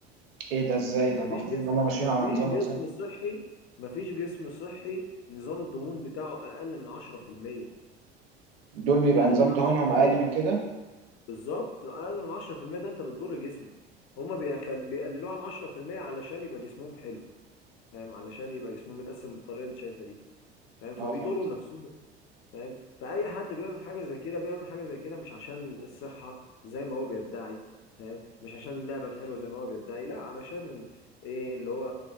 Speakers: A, on the right; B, on the left.
A: ايه ده ازاي
B: مفيش
A: ده المفروض
B: جسم
A: ان هم ماشيين
B: مفيش
A: على نظام
B: جسم
A: غذائي
B: صحي مفيش جسم صحي نظام الدهون بتاعه اقل من 10%
A: دول بيبقى
B: اقل
A: نظام
B: من
A: دهونهم
B: 10%
A: اقل من كده
B: بالظبط اقل من 10% ده انت بتضر جسمك هما بيخل... بيقللوه عن 10% علشان يبقى جسمهم حلو فاهم علشان يبقى جسمهم متقسم بالطريقه اللي انت شايفها دي فاهم فبيضروا
A: اه فهمت
B: نفسهم فاهم فاي حد بيعمل حاجه زي كده بيعمل حاجه زي كده مش عشان الصحه زي ما هو بيدعي فاهم مش عشان اللعبه الحلوه زي ما هو بيدعي لا علشان ايه اللي هو